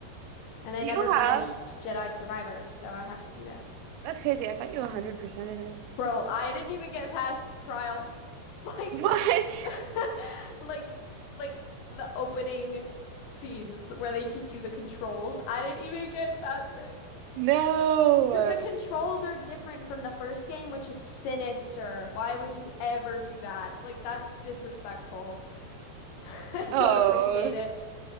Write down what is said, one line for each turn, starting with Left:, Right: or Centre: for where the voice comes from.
Left: And I
Right: do
Left: never
Right: you
Left: finished
Right: have?
Left: Jedi Survivor, so I have to do that.
Right: That's crazy. I thought you 100%ed it.
Left: Bro, I didn't even get past the trial. <laughs> Like,
Right: <laughs> What?
Left: <laughs> like, like the opening scenes where they teach you the controls. I didn't even get past it.
Right: No.
Left: Because the controls are different from the first game, which is sinister. Why would you ever do that? Like, that's disrespectful. <laughs> I
Right: Oh,
Left: don't appreciate it,